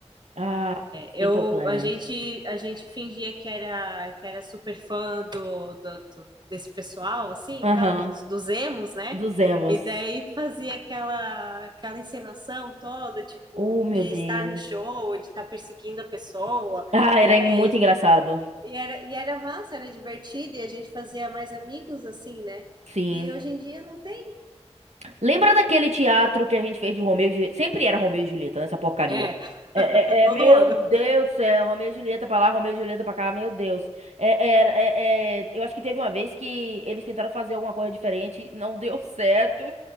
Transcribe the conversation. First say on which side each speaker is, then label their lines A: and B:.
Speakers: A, on the right; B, on the right.
A: Ah,
B: Eu,
A: Simple Plan.
B: a gente, a gente fingia que era, que era super fã do, do, do- desse pessoal, assim,
A: Aham.
B: e tal, dos, dos emos, né?
A: Dos emos.
B: E daí fazia aquela, aquela encenação toda, tipo,
A: Oh, meu
B: de
A: Deus.
B: estar no show, de estar perseguindo a pessoa,
A: Ah, era
B: né?
A: muito
B: E,
A: engraçado.
B: e era, e era massa, era divertido, e a gente fazia mais amigos, assim, né?
A: Sim.
B: E hoje em dia não tem.
A: Lembra daquele teatro que a gente fez de Romeu e Julieta? Sempre era Romeu e Julieta, nessa porcaria.
B: É, <laughs>
A: É, é-
B: todo
A: é, meu
B: ano.
A: Deus do céu, Romeu e Julieta pra lá, Romeu e Julieta pra cá, meu Deus. É, é, era- é- é, eu acho que teve uma vez que eles tentaram fazer alguma coisa diferente, não deu <laughs> certo.